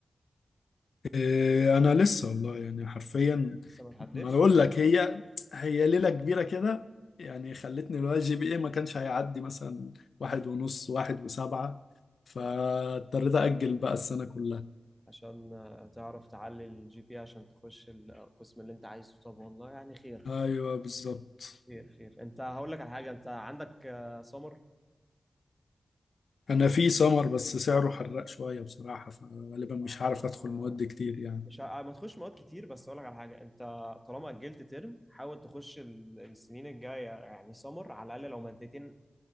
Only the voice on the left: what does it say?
إيه، انا لسه والله يعني حرفيا
ما انا اقول لك هي هي ليلة كبيرة كده يعني خلتني لو الجي بي اي ما كانش هيعدي مثلا واحد ونص واحد وسبعة فاضطريت
اجل بقى السنة كلها
ايوه بالظبط
انا في سمر بس سعره حرق شوية بصراحة فغالبا مش
هعرف ادخل مواد كتير يعني